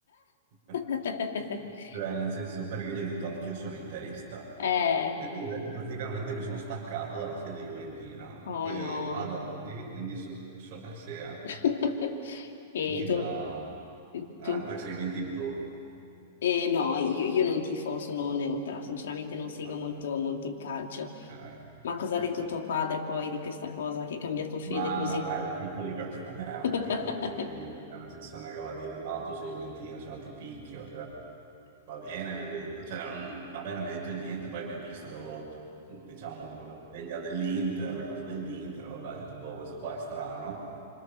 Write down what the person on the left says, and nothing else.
<laughs>
Eh,
oh
no.
<laughs>
E tu?
Tu?
Eh, no, io, io non tifo, sono neutra, sinceramente non seguo
molto, molto il calcio.
Ma
cosa ha detto tuo padre poi di questa cosa che hai cambiato fede
così?
<laughs>
Capito,